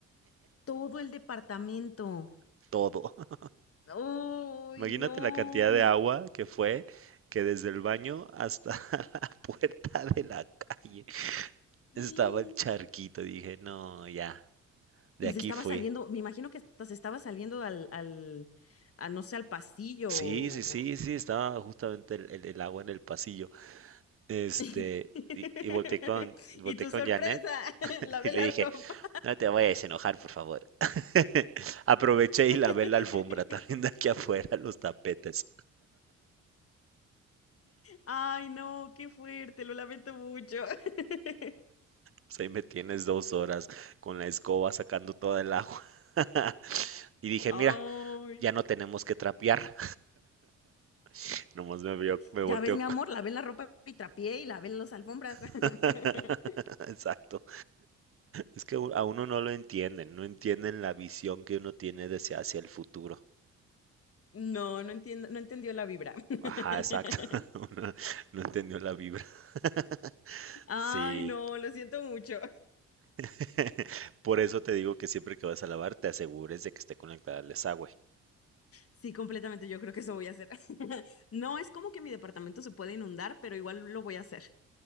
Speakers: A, on the left (about 50°); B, on the right (about 45°).
A: todo el departamento.
B: <laughs> todo. <laughs>
A: ¡Ay
B: Imagínate
A: no!
B: la cantidad de agua que fue, que desde el baño hasta <laughs> la puerta de la calle estaba
A: ¡Ay!
B: el charquito. Dije, no, ya, de
A: Y
B: aquí
A: se estaba
B: fui.
A: saliendo, me imagino que hasta se estaba saliendo al, al, a, no sé, al pasillo.
B: Sí,
A: o-
B: sí, sí,
A: o-
B: sí, estaba justamente el, el- el agua en el pasillo. Este,
A: <laughs>
B: y, y volteé con, volteé
A: Y tu
B: con
A: sorpresa,
B: Janet
A: <laughs> lavé
B: Y le
A: la
B: dije,
A: ropa.
B: no te vayas a enojar, por favor. <laughs> Aproveché y
A: <laughs>
B: lavé la alfombra también de aquí afuera, los tapetes.
A: Ay, no, qué fuerte, lo lamento mucho. <laughs>
B: Pues ahí me tienes dos horas con la escoba sacando toda el agua. <laughs> Y dije,
A: Ay.
B: mira, ya no tenemos que trapear. <laughs> Nomás me vio, me
A: Ya
B: volteó.
A: ves, mi amor, lavé la ropa y trapié y lavé las alfombras. <laughs>
B: <laughs> Exacto. Es que a uno no lo entienden, no entienden la visión que uno tiene de hacia hacia el futuro.
A: No, no entiendo, no entendió la vibra. <laughs>
B: Ajá, exacto. <laughs> Uno no entendió la vibra. <laughs>
A: Ay,
B: Sí.
A: no, lo siento mucho.
B: <laughs> Por eso te digo que siempre que vas a lavar, te asegures de que esté conectada al desagüe.
A: Sí, completamente, yo creo que eso voy a hacer. <laughs> No es como que mi departamento se puede inundar, pero igual lo voy a hacer.